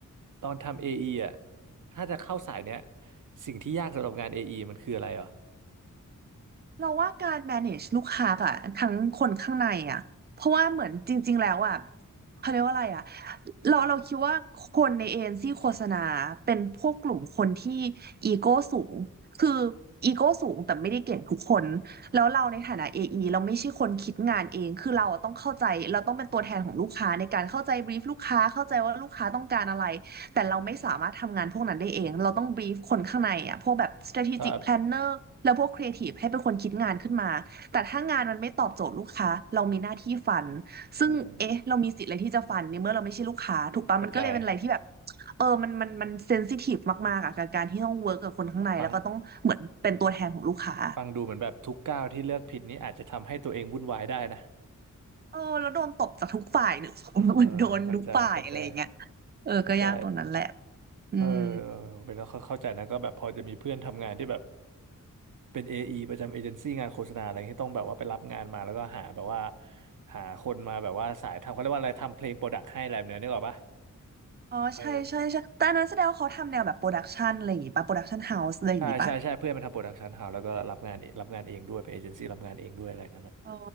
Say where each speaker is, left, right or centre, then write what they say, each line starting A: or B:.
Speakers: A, on the right; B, on the right.
A: ตอนทำเอไออะถ้าจะเข้าสายเนี้ยสิ่งที่ยากสำหรับงานเอไอมันคืออะไรอ่ะ
B: เราว่าการ manage ลูกค้าอะทั้งคนข้างในอะเพราะว่าเหมือนจริงๆ แล้วอะเขาเรียกว่าอะไรอะเราเราคิดว่าคนในเอเจนซี่โฆษณาเป็นพวกกลุ่มคนที่อีโก้สูง คืออีโก้สูงแต่ไม่ได้เก่งทุกคนแล้วเราในฐานะ AE เราไม่ใช่คนคิดงานเอง คือเราอะต้องเข้าใจเราต้องเป็นตัวแทนของลูกค้าในการเข้าใจ brief ลูกค้าเข้าใจว่าลูกค้าต้องการอะไรแต่เราไม่สามารถทำงานพวกนั้นได้เองเราต้อง brief คนข้างในอะพวกแบบ strategic
A: ครับ
B: planner แล้วพวกครีเอทีฟให้เป็นคนคิดงานขึ้นมา แต่ถ้างานมันไม่ตอบโจทย์ลูกค้า เรามีหน้าที่ฟัน ซึ่งเอ๊ะเรามีสิทธิ์อะไรที่จะฟันในเมื่อเราไม่ใช่ลูกค้าถูกปะมันก็เลยเป็นอะไรที่แบบ
A: โอืมกระจาย
B: เออ มันมันมันเซนซิทีฟมากๆอะกับการที่ต้องเวิร์กกับคนข้างในแล้วก็ต้องเหมือนเป็นตัวแทนของลูกค้า
A: ฟัง ฟังดูเหมือนแบบทุกก้าวที่เลือกผิดนี้อาจจะทำให้ตัวเองวุ่นวายได้นะ
B: เออ แล้วโดนตบจากทุกฝ่ายเนอะ <laughs>
A: <laughs>
B: เหมือนโดนทุกฝ่ายอะไรอย่างเงี้ย
A: เออเข้าใจเข้าใจ
B: เออก็ยากตรงนั้นแหละ
A: เข้าใจ
B: อืม
A: เออเป็นแล้วเข้าใจนะก็แบบพอจะมีเพื่อนทำงานที่แบบเป็น AE ประจำเอเจนซี่งานโฆษณาอะไรที่ต้องแบบว่าไปรับงานมาแล้วก็หาแบบว่าหาคนมาแบบว่าสายทำเขาเรียกว่าอะไรทำเพลงโปรดักต์ให้อะไรแบบเนี้ยนึกออกปะ
B: อ๋อใช่ใช่ใช่แต่อันนั้นแสดงว่าเขาทำแนวแบบโปรดักชันอะไรอย่างงี้ป่ะโปรดักชันเฮาส์อะไรอย่างงี้ป่ะ
A: เออใช่ใช่ใช่เพื่อนมันทำโปรดักชันเฮาแล้วก็รับงานรับงานเองด้วยเป็นเอเจนซี่รับงานเองด้วยอะไรเงี้ย
B: อ๋อ